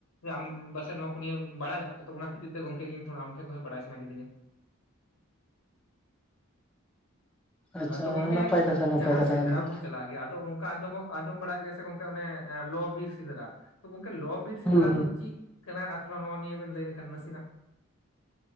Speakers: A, on the left (about 80°); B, in the centre.
A: ᱮ ᱟᱢ ᱯᱟᱥᱮ ᱱᱚᱣᱟ ᱠᱚ ᱱᱤᱭᱟᱹ ᱵᱟᱲᱟᱭᱟ ᱱᱤᱛᱚᱜ ᱚᱱᱟ ᱠᱷᱟᱹᱛᱤᱨ ᱛᱮ ᱜᱚᱝᱠᱮ ᱤᱧ ᱛᱷᱚᱲᱟ ᱟᱢ ᱴᱷᱮᱡ ᱠᱷᱚᱡ ᱵᱟᱰᱟᱭ ᱥᱟᱱᱟ ᱠᱤᱫᱤᱧᱟ ᱾ <inaudible> <inaudible>
B: ᱟᱪᱪᱷᱟ
A: ᱟᱫᱚ ᱜᱚᱝᱠᱮ
B: ᱱᱟᱯᱟᱭ ᱠᱟᱛᱷᱟ ᱱᱟᱯᱟᱭ
A: ᱡᱟᱦᱟᱸ
B: ᱠᱟᱛᱷᱟ
A: ᱥᱮᱸᱫᱽᱨᱟ
B: ᱠᱟᱱ ᱜᱮᱭᱟ
A: ᱵᱚᱱ ᱪᱟᱞᱟᱜ ᱜᱮᱭᱟ ᱟᱫᱚ ᱚᱱᱠᱟ ᱟᱸᱡᱚᱢᱚᱜ ᱟᱸᱡᱚᱢ ᱵᱟᱲᱟᱜ ᱜᱮᱭᱟ ᱥᱮ ᱜᱚᱝᱠᱮ ᱚᱱᱮ ᱮᱸ ᱞᱚ ᱵᱤᱨ ᱥᱮᱸᱫᱽᱨᱟ, ᱛᱚ ᱜᱚᱝᱠᱮ ᱞᱚ ᱵᱤᱨ ᱥᱮᱸᱫᱽᱨᱟ
B: ᱦᱩᱸ ᱦᱩᱸ
A: ᱫᱚ ᱪᱮᱫ ᱠᱟᱱᱟ ᱟᱨ ᱛᱷᱚᱲᱟ ᱱᱚᱣᱟ ᱱᱤᱭᱟᱹ ᱵᱮᱱ ᱞᱟᱹᱭ ᱞᱮᱠᱷᱟᱱ ᱱᱟᱥᱮᱱᱟᱜ